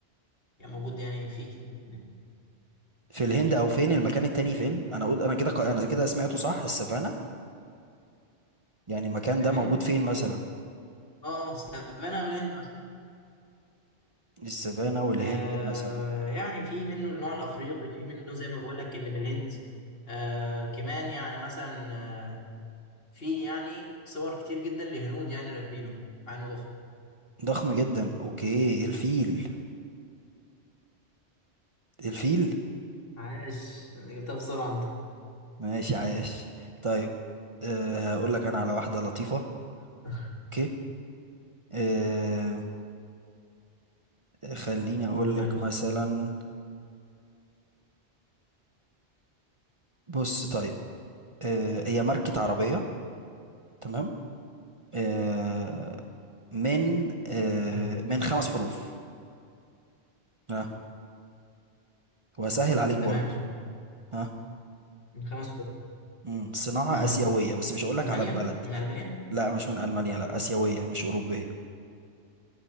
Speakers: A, on the left; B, on the right.
A: يعني موجود يعني في كتير
B: في الهند او فين المكان التاني فين انا اقول انا كده ق- انا كده سمعته صح السافانا يعني المكان
A: في
B: ده
A: الهند
B: موجود فين مثلا
A: اه اه السافانا او الهند
B: السافانا والهند
A: آه
B: مثلا
A: يعني في منه النوع الافريقي في منه زي ما بقول لك اللي من الهند آه كمان يعني مثلا آه في يعني صور كتير جدا لهنود يعني راكبينه مع انه ضخم
B: ضخم جدا اوكي الفيل الفيل
A: عاش جبتها بسرعه انت
B: ماشي عاش طيب أه هقول لك انا على واحدة لطيفة
A: <laughs>
B: اوكي أه خليني اقول
A: قول لي
B: لك
A: يا باشا
B: مثلا بص طيب أه هي ماركة عربية تمام آه، من آه،
A: حلو
B: من خمس حروف ها وهسهل عليك برضو
A: تمام
B: ها
A: من خمس حروف
B: مم. صناعة
A: امم
B: آسيوية بس مش هقولك
A: المانيا
B: على البلد
A: من المانيا
B: لا مش من ألمانيا لا آسيوية مش أوروبية